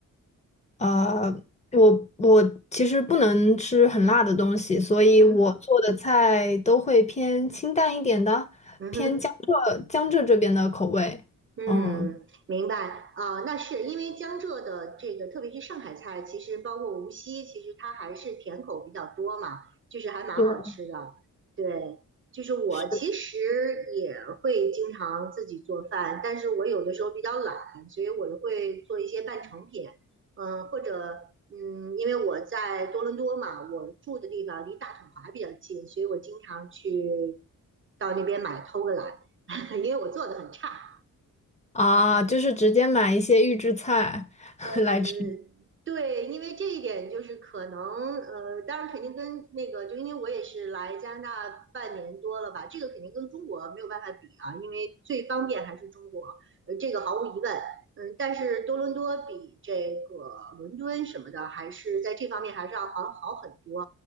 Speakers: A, on the left; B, on the right.
A: 呃，我我其实不能吃很辣的东西，所以我做的菜都会偏清淡一点的，
B: 嗯哼，嗯哼。
A: 偏江浙江浙这边的口味。
B: 嗯，
A: 嗯，
B: 明白啊，那是因为江浙的这个，特别是上海菜，其实包括无锡，其实它还是甜口比较多嘛，就是还蛮好吃的。
A: 对，
B: 对，就是我其实
A: 是
B: 也会经常自己做饭，但是我有的时候比较懒，所以我就会做一些半成品，嗯，或者嗯，因为我在多伦多嘛，我住的地方离大统华比较近，所以我经常去到那边买偷个懒，<laughs> 因为我做的很差。
A: 啊，就是直接买一些预制菜 <laughs>
B: 呃，
A: 来吃。
B: 对，因为这一点就是可能，呃，当然肯定跟那个，就因为我也是来加拿大半年多了吧，这个肯定跟中国没有办法比啊，因为最方便还是中国，呃，这个毫无疑问。嗯，但是多伦多比这个伦敦什么的，还是在这方面还是要好好很多。